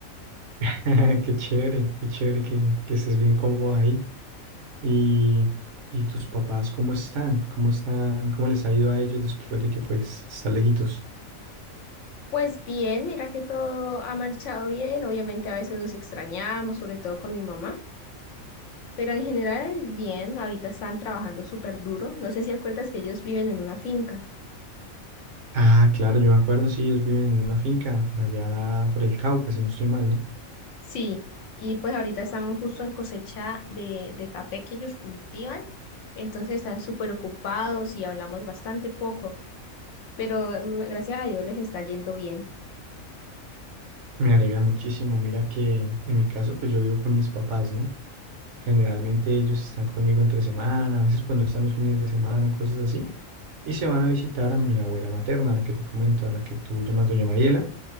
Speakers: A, on the right; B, on the left.
A: <laughs> Qué chévere, qué chévere que, que estés bien cómodo ahí. Y, y tus papás, ¿cómo están? ¿Cómo están? ¿Cómo les ha ido a ellos después de que pues están lejitos?
B: Pues bien, mira que todo ha marchado bien. Obviamente a veces nos extrañamos, sobre todo con mi mamá, pero en general bien. Ahorita están trabajando súper duro. No sé si acuerdas que ellos viven en una finca.
A: Ah, claro, yo me acuerdo, sí, ellos viven en una finca por allá, por el Cauca, si no estoy mal, ¿no?
B: Sí, y pues ahorita están justo en cosecha de, de café que ellos cultivan. Entonces están súper ocupados y hablamos bastante poco. pero mm, gracias a Dios les está yendo bien.
A: Me alegra muchísimo. Mira que en mi caso, pues yo vivo con mis papás, ¿no? Generalmente ellos están conmigo entre semana, a veces pues no están los fines de semana, cosas así. Y se van a visitar a mi abuela materna, la que te comento, a la que tú llamas Doña Mariela.